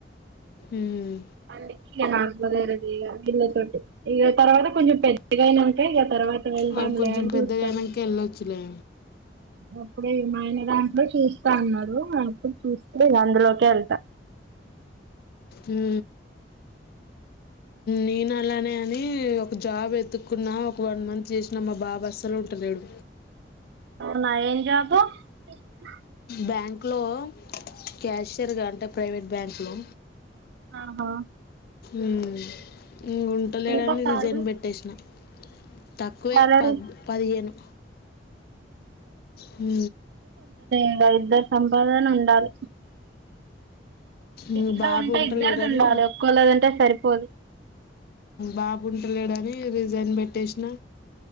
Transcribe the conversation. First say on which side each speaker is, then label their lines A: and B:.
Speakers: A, on the left; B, on the right.
A: మ్మ్.
B: అందుకి ఇగ నాకుడ వేరేది ఇగా వీళ్ళ తోటి ఇగా తర్వాత కొంచెం పెద్దగా అయినాక ఇగ తర్వాత వెళ్దాంలే
A: వాళ్ళు కొంచెం
B: అని
A: పెద్దగాయినాక
B: చూస్తాను
A: వెళ్ళొచ్చులే
B: అప్పుడే మా ఆయన దాంట్లో చూస్తా అన్నారు అయాన ఒప్పుకొని చూస్తే అందులోకె ఎళ్తా
A: ఉ నేను అలానే అని ఒక జాబ్ ఎతుక్కున్నా ఒక వన్ మంత్ చేసినా మా బాబా అస్సలు ఉంటలేడు
B: అవునా ఏం జాబ్ పెరిగిన
A: బ్యాంకులో క్యాషయర్గా అంటే ప్రైవేట్ బ్యాంకులో
B: ఆహా
A: ఉ ఇ ఉంటలేడని
B: ఎంత సాలరీ
A: రిజైన్ పెట్టేసినా తక్కువే
B: సాలరీ
A: పద్ పదిహేను హు
B: ఇలా ఇద్దరి సంపాదన ఉండాలి
A: ఉమ్,
B: ఇంట్లో
A: బాబు
B: ఉంటే
A: ఉంటలేడని
B: ఇద్దరిది ఉండాలే ఒక్కోళ ఉంటే సరిపోదు
A: బాబు వుంటలేడని రిజైన్ పెట్టేసిన